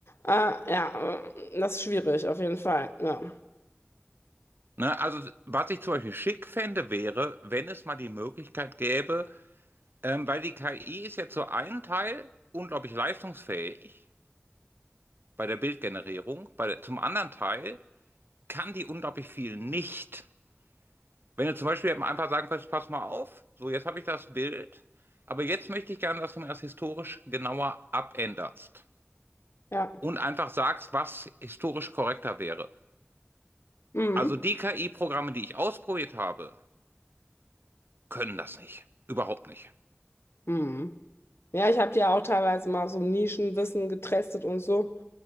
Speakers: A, on the left; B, on the right.
A: äh, ja, äh, das ist schwierig auf jeden Fall. Ja,
B: Ne, also was ich zum Beispiel schick fände, wäre, wenn es mal die Möglichkeit gäbe, ähm, weil die KI ist ja zu einem Teil unglaublich leistungsfähig bei der Bildgenerierung, bei der, zum anderen Teil kann die unglaublich viel nicht. Wenn du zum Beispiel einfach sagen kannst, pass mal auf, so jetzt habe ich das Bild, aber jetzt möchte ich gerne, dass du mir das historisch genauer abänderst
A: ja,
B: und einfach sagst, was historisch korrekter wäre.
A: mhm.
B: Also die KI-Programme, die ich ausprobiert habe, können das nicht. Überhaupt nicht.
A: Mhm. Ja, ich habe ja auch teilweise mal so Nischenwissen getestet und so.